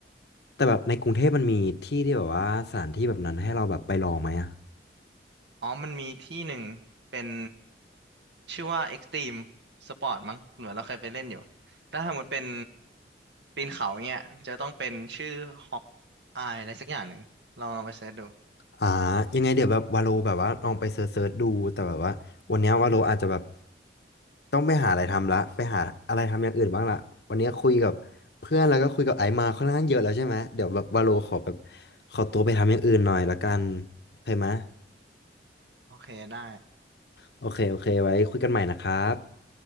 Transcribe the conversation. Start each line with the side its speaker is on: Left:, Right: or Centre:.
Left: แต่แบบในกรุงเทพมันมีที่ที่แบบว่าสถานที่แบบนั้นให้เราแบบไปลองไหมอะ
Right: อ๋อมันมีที่หนึ่งเป็นชื่อว่า Extreme Sport มั้งเหมือนเราเคยไปเล่นอยู่ถ้าสมมติเป็นปีนเขาเนี่ยจะต้องเป็นชื่อฮอกอายอะไรสักอย่างหนึ่งลองลองไปเสิร์ชดู
Left: อ่ายังไงเดี๋ยวแบบวาโลแบบว่าลองไปเซิร์ชๆดูแต่แบบว่าวันเนี้ยวาโลอาจจะแบบต้องไปหาอะไรทำละไปหาอะไรทำอย่างอื่นบ้างละวันนี้คุยกับเพื่อนแล้วก็คุยกับไอซ์มาค่อนข้างเยอะแล้วใช่ไหมเดี๋ยวแบบวาโลขอแบบขอตัวไปทำอย่างอื่นหน่อยละกันโอเคไหม
Right: โอเคได้
Left: โอเคโอเคไว้คุยกันใหม่นะครับ